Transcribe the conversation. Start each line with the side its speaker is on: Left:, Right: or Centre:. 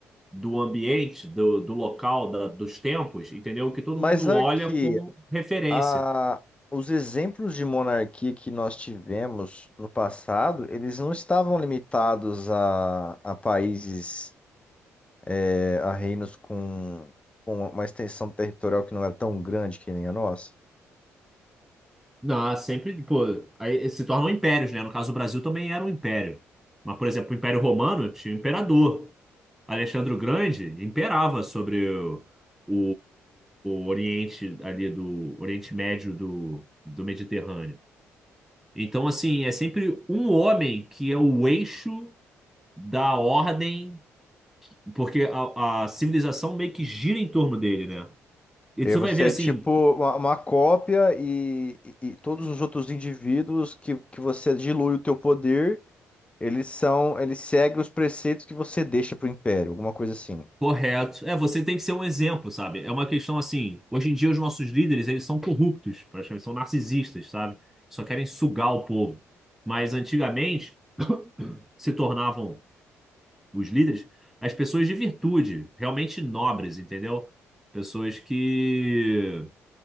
Centre: do ambiente, do, do local, da- dos tempos, entendeu? Que todo
Left: mas
Centre: mundo
Left: aqui
Centre: olha como referência.
Left: a- os exemplos de monarquia que nós tivemos no passado, eles não estavam limitados a, a países, é, a reinos com, com uma extensão territorial que não era tão grande que nem a nossa.
Centre: Não, sempre, pô, aí se tornam impérios, né? No caso, o Brasil também era um império. Mas, por exemplo, o Império Romano tinha um imperador. Alexandre o Grande imperava sobre o, o, o, o Oriente ali do Oriente Médio do, do Mediterrâneo. Então, assim, é sempre um homem que é o eixo da ordem, porque a, a civilização meio que gira em torno dele, né? E
Left: E
Centre: você
Left: aí você
Centre: vai ver assim.
Left: é tipo uma, uma cópia e, e- e todos os outros indivíduos que, que você dilui o teu poder, eles são, eles seguem os preceitos que você deixa para o império, alguma coisa assim.
Centre: Correto. É, você tem que ser um exemplo, sabe? É uma questão assim, hoje em dia os nossos líderes, eles são corruptos, praticamente, são narcisistas, sabe? Só querem sugar o povo. Mas antigamente se tornavam os líderes as pessoas de virtude, realmente nobres, entendeu? Pessoas que